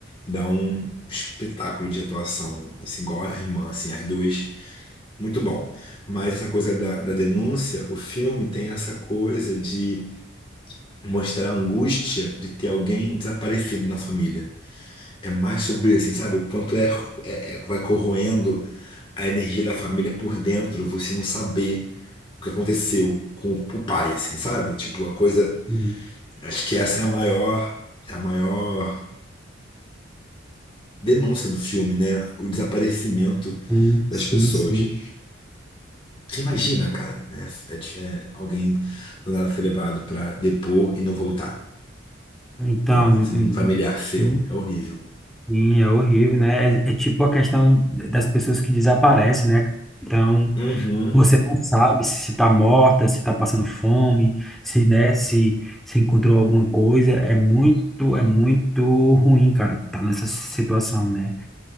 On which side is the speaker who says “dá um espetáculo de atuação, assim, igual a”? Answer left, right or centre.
Left